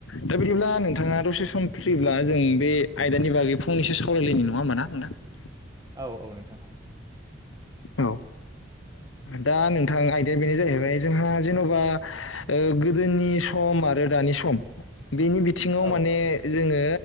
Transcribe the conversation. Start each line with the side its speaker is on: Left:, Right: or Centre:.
Left: दा बिदिब्ला नोंथाङा दसे सम फ्रिब्ला जों बे आयदानि बागै फंनैसो सावरायलायनो नंङा होनबा ना नोंथां
Right: औ-औ नोंथां औ
Left: औ दा नोंथां आयदाया बेनो जाहैबाय जोंहा जेन'बा गोदोनि सम आरो दानि सम बेनि बिथिङाव
Right: औ
Left: माने
Right: औ
Left: जोङो